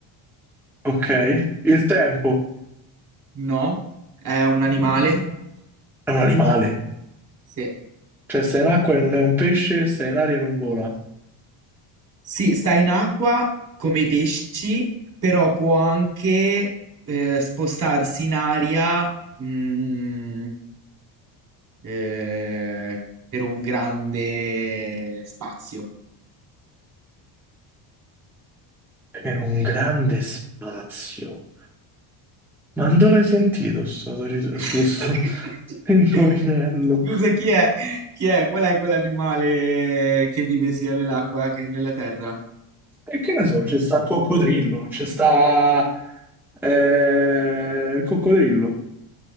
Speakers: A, in the centre; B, on the right (about 35°).
A: ok? Il tempo
B: No, è un animale?
A: Mm, è un animale,
B: Sì.
A: cioè sta in acqua e non è un pesce, sta in aria e non vola.
B: Sì, sta in acqua come i pesci, però può anche eh, spostarsi in aria mm, eh, per un grande spazio.
A: Per un grande spazio. Ma non l'hai sentito sto, <laughs> sto,
B: <laughs>
A: sto, sto indovinello?
B: Scusa, chi è? Chi è? Qual è quell'animale che vive sia nell'acqua che nella terra?
A: E che ne so, c'è sta il coccodrillo, c'è sta eh, il coccodrillo,